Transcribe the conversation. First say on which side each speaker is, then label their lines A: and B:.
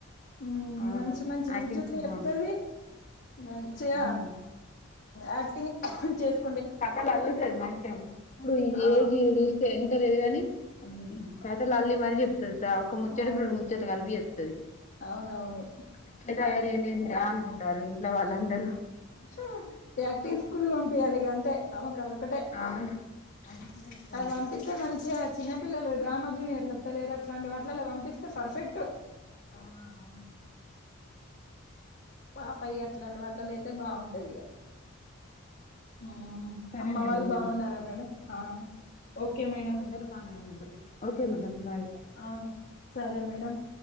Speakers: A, on the left (about 50°); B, on the left (about 35°).
A: ఉ
B: అవును
A: మంచి మంచి
B: యాక్టింగ్
A: ముచ్చుట్లు
B: స్కూల్
A: చెప్తది మంచిగ
B: పంపి
A: యాక్టింగ్ చేసు
B: కథలు అల్లుతది మంచిగా ఇప్పుడు
A: ఆ
B: ఏజ్ ఎది ఎంత లేదు కని ఖాతలు అల్లి మరి చే తెల్సా ఒక ముచ్చడికి
A: అవును
B: రెండు ముచ్చట్లు కలిపి చెప్తది
A: అవునవును
B: ఇట్ల తయారైయెంఏందిరా అనుకుంటారు ఇంట్లో వాళ్ళందరూ
A: హ యాక్టింగ్ స్కూల్ పంపియలి ఇక అంతే ఆమెకదోక్కటే
B: అవును
A: <unintelligible>
B: అదేంగా
A: స్తే మంచిగా చిన్నపిల్లలు డ్రామా జూనియర్లు వత్తాలేర అట్లాంటి వాట్లలా పంపిస్తే పర్ఫెక్ట్.
B: అవున అవును
A: పాప ఇగ అట్లాంటి వాట్లయితే బాగుంటది ఇగ ఆ
B: సరే
A: అమ్మ
B: మేడం
A: వాళ్ళు బాగున్నారా మేడం ఆ ఓకే మేడం
B: అందరు బానే ఉన్నారు ఓకే మేడమ్ బాయ్
A: ఆ సరే మేడమ్